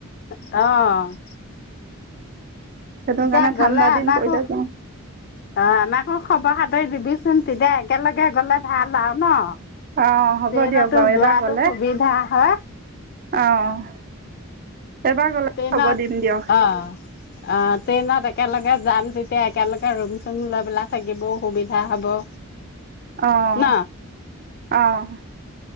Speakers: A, on the left; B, on the right.
A: অ'।
B: সেইটো
A: তেতিয়া
B: কাৰণে ঠাণ্ডা
A: গ'লে
B: দিন
A: আমাকো
B: পৰিলে যাম
A: অ' আমাকো খবৰ খাতি দিবিচোন, তেতিয়া একেলগে গ'লে ভাল আৰু ন'।
B: অ হ'ব
A: ট্ৰেনতো
B: দিয়ক বাৰু
A: যোৱাতো
B: এবাৰ গ'লে
A: সুবিধা হয়।
B: অ', এইবাৰ গ'লে
A: ট্ৰেইনত
B: খবৰ দিম দিয়ক।
A: অ'। অ' ট্ৰেইনত একেলগে যাম তেতিয়া একেলগে ৰোম-চুম লৈ পেলাই থাকিবও সুবিধা হ'ব।
B: অ',
A: ন
B: অ'।